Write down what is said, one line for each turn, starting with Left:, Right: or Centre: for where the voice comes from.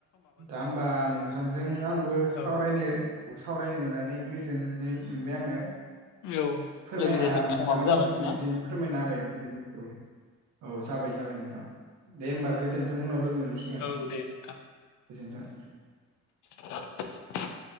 Right: दा होमबा नोंथांजों आंबो
Left: औ
Right: सावरायनो सावरायनो मोननानै गोजोननाय मोनबाय आङो
Left: औ
Right: फोरमायना
Left: लोगोसे जोंना
Right: नोंथाङा
Left: समाबो जाबाय
Right: बुंनो
Left: ना
Right: जेन फोरमायना होबाय बेफोर बादियै औ जाबाय जाबाय नोंथां दे होमबा गोजोनोंथों उनाव लोगो मोनलायसिगोन
Left: औ दे नोंथां
Right: गोजोनथों
Left: <unintelligible>